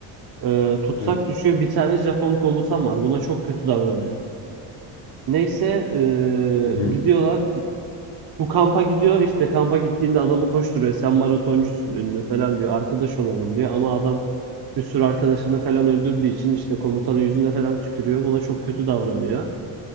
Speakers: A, on the right; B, on the left.
A: e, tutsak
B: Evet.
A: düşüyor. Bir tane Japon komutan var. Buna çok kötü davranıyor. Neyse
B: Hı hı.
A: e, gidiyorlar. Bu kampa gidiyor. İşte kampa gittiğinde adamı koşturuyor. Sen maratoncusun ünlü falan diyor. Arkadaş olalım diyor. Ama adam bir sürü arkadaşını falan öldürdüğü için işte komutanın yüzüne falan tükürüyor. Buna çok kötü davranıyor.